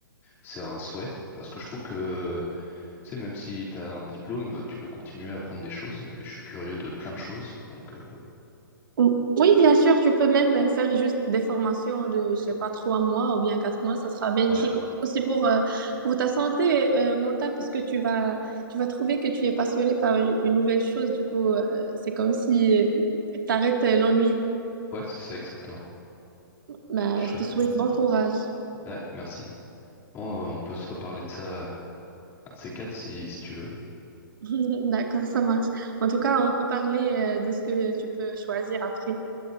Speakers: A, on the left; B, on the right.
A: c'est un souhait. Parce que je trouve que, tu sais, même si tu as un diplôme, euh, tu peux continuer à apprendre des choses. Et je suis curieux de plein de choses. Donc, euh,
B: Ou- Oui, bien sûr, tu peux même faire juste des formations de, je sais pas, trois mois ou bien quatre mois, ça sera bénéfique
A: ouais,
B: aussi pour, euh, pour ta santé euh, mentale parce que tu vas, tu vas trouver que tu es passionné par une une nouvelle chose, du coup, euh, c'est comme si tu arrêtes l'ennui.
A: ouais, c'est ça exactement.
B: Bah,
A: Je
B: je
A: serais
B: te souhaite bon courage.
A: Ouais, merci. Bon, euh, on peut se reparler de ça, euh, un de ces quatre, si, si tu veux.
B: <laughs> D'accord, ça marche. En tout cas, on peut parler euh, de ce que tu peux choisir après.